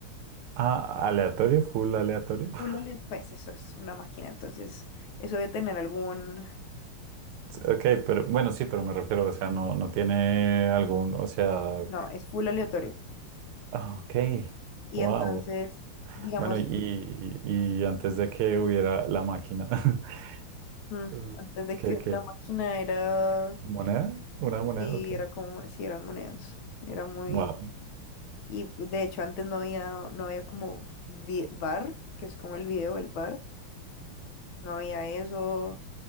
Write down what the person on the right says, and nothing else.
Ah, aleatorio, full aleatorio. <laughs>
Ok, pero bueno, sí, pero me refiero, o sea, no, no tiene algún, o sea,
ok,
wow.
Bueno, y, y antes de que hubiera la máquina, <laughs>
eh,
¿qué,
qué?
¿Moneda? ¿Una moneda?
Ok,
wow.